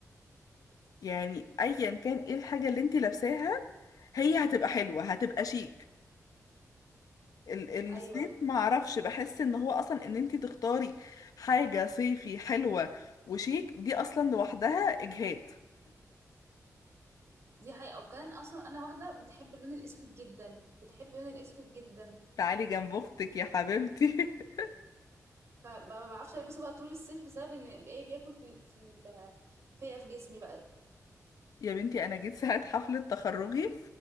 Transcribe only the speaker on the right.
ايوه
دي حقيقه وكان اصلا انا واحده بتحب اللون الاسود جدا بتحب اللون الاسود جدا
فما ما بعرفش البسه بقى طول الصيف بسبب ان ايه بياكل في في ال- فيا في جسمي بقى